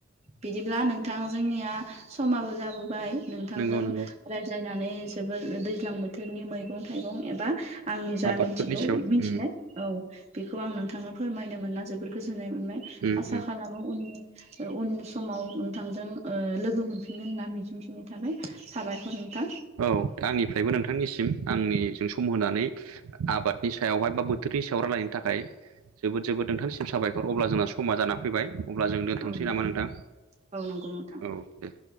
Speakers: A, on the right; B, on the right.
A: बिदिब्ला नोंथां जोंनिया समाबो जाबोबाय नोंथांजों
B: नंगौ नंगौ
A: रायज्लायनानै जोबोर दैज्लां बोथोरनि मैगं थाइगं एबा आंनि जा
B: आबादफोरनि
A: मिथिगौ
B: सायाव
A: मिथिनाय
B: उम
A: औ बेखौ आं नोंथांनो फोरमायनो मोनना जोबोर गोजोननाय मोनो
B: उम
A: आसा
B: उम
A: खालामो उननि अ उन समाव नोंथांजों लोगो मोनफिनगोन होनना मिजिंफिननाय थाबाय साबायखर नोंथां
B: औ आंनिफ्रायबो नोंथांनिसिम आंनिजों सम होनानै आबादनि सायावहाय बा बोथोरनि सायाव रायलायनो थाखाय जोबोद जोबोद नोंथांनिसिम साबायखर अब्ला जोंना समा जानानै फैबाय अब्ला जों दोनथ'नोसै
A: औ नंगौ
B: नामा नोंथां?
A: औ नंगौ नोंथां
B: औ दे।